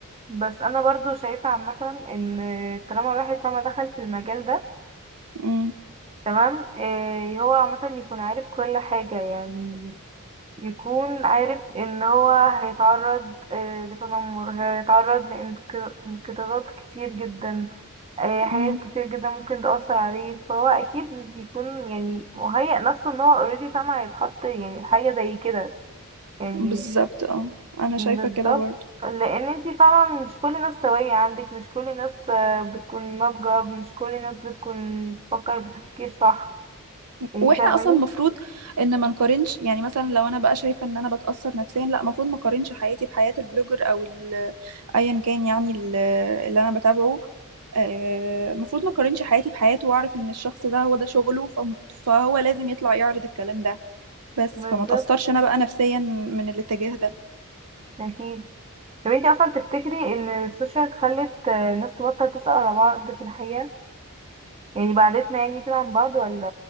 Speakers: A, on the right; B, on the right.
A: بس انا برضو شايفة عامة ان طالما الواحد طالما دخل في المجال ده
B: امم
A: تمام إيه هو عامة يكون عارف كل حاجة يعني يكون عارف ان هو هيتعرض إيه لتنمر هيتعرض لانقطاعات كتير جدا إيه حاجات
B: امم
A: كتير جدا ممكن تأثر عليه فهو اكيد بيكون يعني مهيأ نفسه ان هو اوريدي فاهم هيتحط يعني في حاجة زي كده يعني
B: بالظبط اه انا
A: بالظبط
B: شايفه كده برضو
A: لان انتي فاهمة مش كل الناس سوية عندك مش كل الناس آه، بتكون ناضجة مش كل الناس بتكون بتفكر بتفكير صح يعني
B: واحنا
A: فاهماني
B: اصلا المفروض ان ما نقارنش يعني مثلا لو انا بقى شايفه ان انا بتاثر نفسيا لا المفروض ما اقارنش حياتي بحياه البلوجر او ال- ايا كان يعني ال- اللي انا بتابعه آه، المفروض ما اقارنش حياتي بحياته واعرف ان الشخص ده هو ده شغله فم- فهو لازم يطلع يعرض الكلام ده بس
A: بالظبط
B: فما تاثرش انا بقى نفسيا من الاتجاه ده
A: اكيد طب انتي اصلا تفتكري ان السوشيال خلت آه، ناس تبطل تسأل على بعض في الحقيقة يعني بعدتنا يعني كده عن بعض ولا